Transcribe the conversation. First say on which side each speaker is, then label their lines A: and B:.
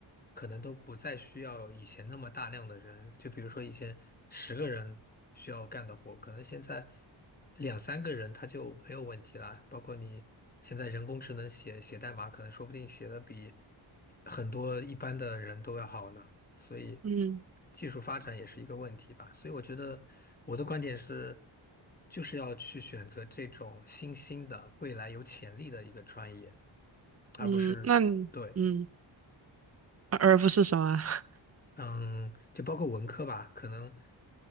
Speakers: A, on the left; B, on the right.
A: 可能都不再需要以前那么大量的人，就比如说以前十个人需要干的活，可能现在两三个人他就没有问题啦。包括你现在人工智能写写代码，可能说不定写的比很多一般的人都要好呢。所以
B: 嗯
A: 技术发展也是一个问题吧。所以我觉得我的观点是，就是要去选择这种新兴的、未来有潜力的一个专业，而不是对，
B: 嗯，那你嗯，而而不是什么？<laughs>
A: 嗯，就包括文科吧，可能